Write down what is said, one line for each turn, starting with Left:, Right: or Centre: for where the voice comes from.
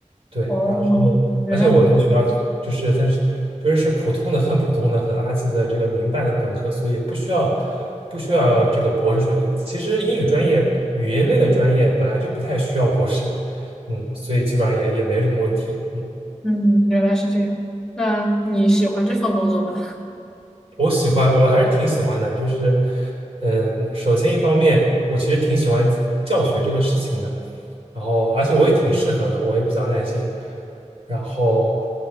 Right: 对，
Centre: 哦，
Right: 然后
Centre: 原来，
Right: 而且我那个学校就是但是就是是普通的很普通的很垃圾的这个民办的本科，所以不需要不需要这个博士学历。其实英语专业语言类的专业本来就不太需要博士，嗯，所以基本上也也没什么问题，嗯。
Centre: 嗯，原来是这样。那你喜欢这份工作吗？
Right: 我喜欢，我还是挺喜欢的。就是，嗯，首先一方面，我其实挺喜欢教学这个事情的，然后而且我也挺适合的，我也比较耐心。然后，